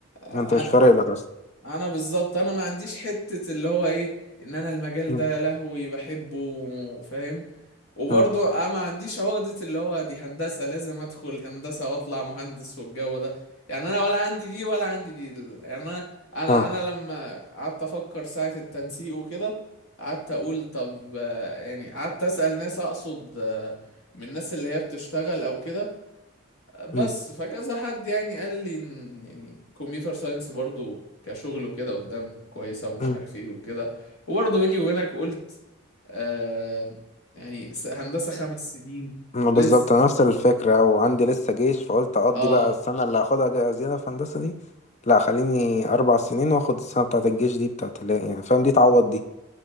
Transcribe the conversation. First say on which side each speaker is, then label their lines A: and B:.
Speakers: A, on the left; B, on the left.
A: انا
B: انت مش فارق لك اصلا
A: انا بالظبط انا ما عنديش حتة اللي هو ايه ان انا المجال
B: مم.
A: ده يا لهوي بحبه فاهم وبرضه
B: مم.
A: أنا ما عنديش عقدة اللي هو دي هندسة لازم أدخل هندسة وأطلع مهندس والجو ده يعني أنا ولا عندي دي ولا عندي دي ال- يعني أنا أنا
B: اه
A: أنا لما قعدت أفكر ساعة التنسيق وكده قعدت أقول طب آه، يعني قعدت أسأل ناس أقصد آه، من الناس اللي هي بتشتغل أو كده بس
B: مم.
A: فكذا حد يعني قال لي إن يعني كمبيوتر ساينس برضه كشغل وكده قدام كويسة ومش
B: مم.
A: عارف إيه وكده وبرضه بيني وبينك قلت آه يعني س- هندسة خمس سنين
B: ما
A: ولسه
B: بالظبط أنا نفس الفكرة وعندي لسه جيش فقلت أقضي
A: اه
B: بقى السنة اللي هاخدها جا- زيادة في هندسة دي لا خليني أربع سنين وآخد السنة بتاعة الجيش دي بتاعة ال- يعني فاهم دي تعوض دي